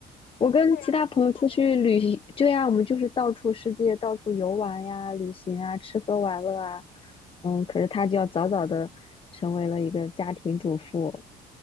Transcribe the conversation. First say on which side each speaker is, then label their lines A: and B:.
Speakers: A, on the left (about 30°); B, on the left (about 80°).
A: 我跟其他朋友出去旅行，
B: 他要在这一方面，
A: 对呀，我们就是到处世界到处游玩呀、旅行啊、吃喝玩乐啊。嗯，可是他就要早早的成为了一个家庭主妇，